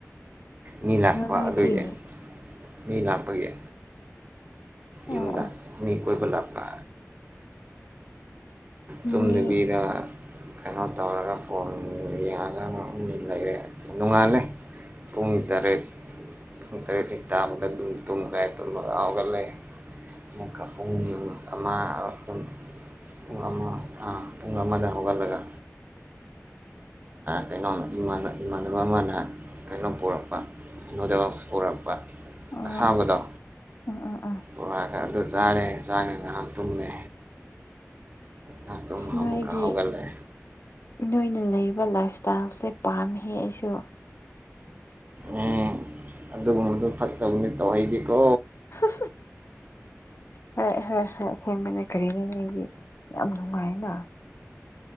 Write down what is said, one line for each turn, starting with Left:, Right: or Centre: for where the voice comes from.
Right: ꯃꯤ ꯂꯥꯛꯄ
Left: ꯅꯣꯏꯗꯤ
Right: ꯑꯗꯨꯒꯤ ꯃꯤ ꯂꯥꯛꯄꯒꯤ ꯌꯨꯝꯗ
Left: ꯑꯣ ꯑꯣ
Right: ꯃꯤ ꯀꯣꯏꯕ ꯂ ꯄ ꯇꯨꯝꯗꯕꯤꯗ
Left: ꯃꯤ
Right: ꯀꯩꯅꯣ ꯇꯧꯔꯒ ꯐꯣꯟ ꯌꯦꯡꯉꯒ ꯂꯩꯔꯦ ꯅꯣꯡꯉꯥꯜꯂꯦ ꯄꯨꯡ ꯇꯔꯦꯠ ꯨꯡ ꯇꯔꯦ ꯊ ꯇꯥꯕꯗ ꯇꯨꯝꯒ꯭ꯔꯥꯏ ꯇꯨꯝ ꯂꯒꯕꯒꯦ ꯑꯃꯨꯛꯀ ꯄꯨꯡ ꯅꯨꯃꯤꯠ ꯑꯃ ꯑꯛꯇ ꯑꯣ ꯑꯃ ꯑꯣꯡꯒꯥ ꯑꯃ ꯍꯧꯒꯜꯂꯒ ꯀꯩꯅꯣꯝ ꯏꯃꯥꯟꯅꯕ ꯑꯃꯅ ꯀꯩꯅꯣꯝ ꯄꯨꯔꯛꯄ ꯅꯨꯗꯜꯁ ꯄꯣꯔꯛꯄ
Left: ꯎꯝ
Right: ꯑꯁꯥꯕꯗꯣ
Left: ꯎꯝ ꯎꯝ ꯎꯝ
Right: ꯕꯣꯔꯥꯒ ꯑꯗꯨ ꯆꯥꯔꯦ ꯆꯥꯔ ꯉꯥꯏꯍꯥꯛ ꯇꯨꯝꯃꯦ ꯉꯥꯏꯍꯥꯛ ꯇꯨꯝꯃꯒ
Left: ꯅꯣꯏꯒꯤ
Right: ꯑꯃꯨꯛꯀ ꯍꯧꯒꯠꯂꯦ
Left: ꯅꯣꯏꯅ ꯂꯩꯔꯤꯕ ꯂꯥꯏꯞ ꯏꯁꯇꯥꯏꯜꯁꯦ ꯄꯥꯝꯃꯤ ꯑꯩꯁꯨ
Right: ꯎ ꯑꯗꯨꯒꯨꯝꯕꯗꯣ ꯐꯠꯇꯕꯅꯤ ꯇꯧꯍꯩꯗꯦꯀꯣ
Left: ꯍ ꯍ ꯍꯣꯏ ꯍꯣꯏ ꯁꯦꯝꯕꯅꯦ ꯀꯔꯤꯅꯣ ꯅꯪꯒꯤ ꯌꯥꯝ ꯅꯨꯡꯉꯥꯏꯅ